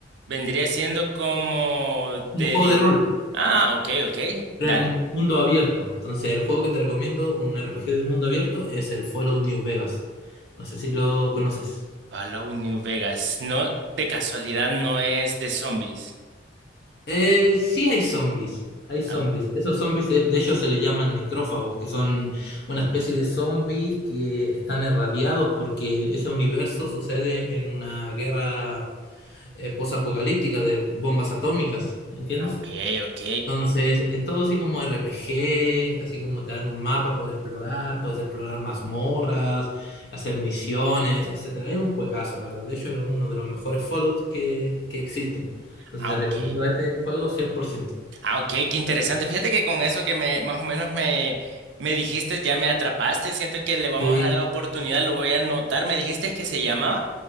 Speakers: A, on the right (about 75°); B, on the left (about 60°).
A: vendría siendo como
B: Un
A: de...
B: juego
A: di-
B: de rol,
A: Ah, ok, ok,
B: pero
A: dale.
B: en mundo abierto. Entonces el juego que te recomiendo, un RPG de mundo abierto, es el Fallout New Vegas. No sé si lo conoces.
A: Fallout New Vegas. No, de casualidad no es de zombies.
B: Eh, sí hay zombies, hay zombies.
A: Ah, ok,
B: Esos zombies de, de ellos se le llaman necrófagos, que son una especie de zombies que están irradiados porque ese universo sucede en una guerra eh, posapocalíptica de bombas atómicas, ¿entiendes?
A: ah, ok. ok.
B: Entonces, es todo así como RPG, así como te dan un mapa por explorar, puedes explorar mazmorras, hacer misiones, etcétera. Es un juegazo, la verdad. De hecho, es uno de los mejores Fallout que, que existen. Entonces
A: Ah,
B: te
A: ok.
B: recomiendo este juego 100%.
A: Ah, ok, qué interesante. Fíjate que con eso que me, más o menos me, me dijiste, ya me atrapaste. Siento que le vamos
B: Sí,
A: a dar la oportunidad, lo voy a anotar. ¿Me dijiste que se llamaba?